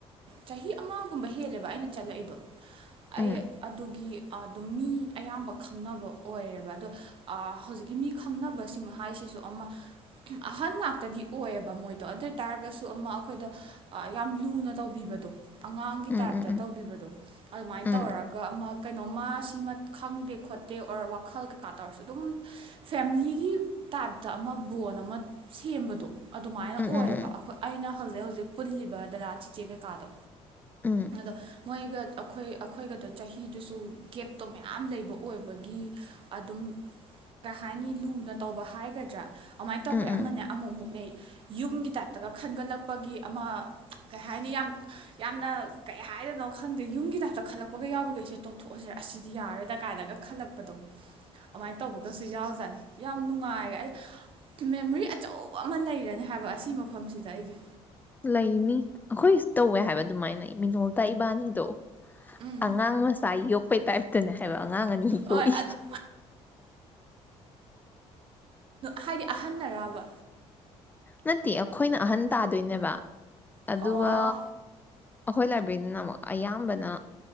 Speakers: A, on the right; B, on the left.
A: ꯆꯍꯤ ꯑꯃꯒꯨꯝꯕ ꯍꯦꯜꯂꯦꯕ ꯑꯩꯅ ꯆꯠꯂꯛꯏꯗꯣ ꯑꯩ
B: ꯎꯝ
A: ꯑꯗꯨꯒꯤ ꯑꯗꯨꯝ ꯃꯤ ꯑꯌꯥꯝꯕ ꯈꯪꯅꯕ ꯑꯣꯏꯌꯦꯕ ꯑꯗꯣ ꯍꯧꯖꯤꯛꯀꯤ ꯃꯤ ꯈꯪꯅꯕꯁꯤꯡ ꯍꯥꯏꯁꯤꯁꯨ ꯑꯃ ꯑꯍꯟ ꯉꯥꯛꯇꯗꯤ ꯑꯣꯏꯌꯦꯕ ꯃꯣꯏꯗꯣ ꯑꯗꯨ ꯑꯣꯏ ꯇꯥꯔꯒꯁꯨ ꯑꯃ ꯑꯩꯈꯣꯏꯗ ꯌꯥꯝ ꯂꯨꯅ ꯇꯧꯕꯤꯕꯗꯣ ꯑꯉꯥꯡꯒꯤ ꯇꯥꯏꯞꯇ
B: ꯎꯝ ꯎꯝ
A: ꯇꯧꯕꯤꯕꯗꯣ ꯑꯗꯨꯃꯥꯏꯅ
B: ꯎꯝ
A: ꯇꯧꯔꯒ ꯑꯃ ꯁꯤꯃ ꯈꯪꯗꯦ ꯈꯣꯠꯇꯦ ꯑꯣꯔ ꯋꯥꯈꯜ ꯀꯩꯀꯥ ꯇꯧꯔꯁꯨ ꯑꯗꯨꯝ ꯐꯦꯂꯤꯒꯤ ꯇꯥꯏꯞꯇ ꯑꯃ ꯕꯣꯟ ꯑꯃ ꯁꯦꯝꯕꯗꯣ ꯑꯗꯨꯃꯥꯏꯅ
B: ꯎꯝ
A: ꯑꯣꯏꯌꯦꯕ
B: ꯎꯝ ꯎꯝ
A: ꯑꯩꯈꯣꯏ ꯑꯩꯅ ꯍꯧꯖꯤꯛ ꯍꯧꯖꯤꯛ ꯄꯨꯜꯂꯤꯕ ꯗꯗꯥ ꯆꯤꯆꯦ ꯀꯩꯀꯥꯗꯣ
B: ꯎꯝ ꯎꯝ
A: ꯑꯗꯣ ꯃꯣꯏꯒ ꯑꯩꯈꯣꯏ ꯑꯩꯈꯣꯏꯒꯗꯣ ꯆꯍꯤꯗꯨꯁꯨ ꯒꯦꯞꯇꯣ ꯃꯌꯥꯝ ꯂꯩꯕ ꯑꯣꯏꯕꯒꯤ ꯑꯗꯨꯝ ꯀꯩ ꯍꯥꯏꯅꯤ ꯂꯨꯅ ꯇꯧꯕ ꯍꯥꯏꯒꯗ꯭ꯔꯥ ꯑꯃꯥꯏꯅ ꯇꯧꯔꯛꯄꯩ
B: ꯎꯝ ꯎꯝ
A: ꯑꯃꯅꯦ ꯑꯃꯨꯛ ꯃꯨꯛ ꯌꯨꯝꯒꯤ ꯇꯥꯏꯞꯇꯒ ꯈꯟꯒꯠꯂꯛꯄꯒꯤ ꯑꯃ ꯀꯩ ꯍꯥꯏꯅꯤ ꯌꯥꯝ ꯌꯥꯝꯅ ꯀꯩ ꯍꯥꯏꯗꯅꯣ ꯈꯪꯗꯦ ꯌꯨꯝꯒꯤ ꯇꯥꯏꯞꯇ ꯈꯜꯂꯄꯒ ꯌꯥꯕꯤꯒꯩꯁꯦ ꯊꯣꯛꯑꯁꯤꯔꯦ ꯑꯁꯤꯗꯤ ꯌꯥꯔꯣꯏꯗ ꯀꯥꯏꯅꯒ ꯈꯜꯂꯛꯄꯗꯣ ꯑꯗꯨꯃꯥꯏꯅ ꯇꯧꯕꯒꯁꯨ ꯌꯥꯎꯖꯅꯤ ꯌꯥꯝ ꯅꯨꯡꯉꯥꯏꯔꯦ ꯑꯩ ꯃꯦꯃꯣꯔꯤ ꯑꯆꯧꯕ ꯑꯃ ꯂꯩꯔꯅꯤ ꯍꯥꯏꯕ ꯑꯁꯤ ꯃꯐꯝꯁꯤꯗ ꯑꯩꯒꯤ
B: ꯂꯩꯅꯤ ꯑꯩꯈꯣꯏ ꯇꯧꯋꯦ ꯍꯥꯏꯕ ꯑꯗꯨꯃꯥꯏꯅ ꯃꯤꯅꯣꯜꯇ ꯏꯕꯥꯅꯤꯗꯣ
A: ꯎꯝ
B: ꯑꯉꯥꯡ ꯃꯁꯥꯏ ꯌꯣꯛ ꯩ ꯇꯥꯏꯞꯇꯅꯦ ꯍꯥꯏꯕ ꯑꯉꯥꯡ ꯑꯅꯤꯦꯛ ꯌꯣꯛꯏ
A: ꯍꯣꯏ ꯑꯗꯨꯝ ꯍꯥꯏꯔ ꯑꯍꯟꯅ ꯑꯔꯥꯕ
B: ꯅꯠꯇꯦ ꯑꯩꯈꯣꯏꯅ ꯑꯍꯟ ꯇꯥꯗꯣꯏꯅꯦꯕ ꯑꯗꯨꯒ
A: ꯑꯣ
B: ꯑꯩꯈꯣꯏ ꯂꯥꯏꯕ꯭ꯔꯦꯔꯤꯅ ꯑꯃꯨꯛ ꯑꯌꯥꯝꯕꯅ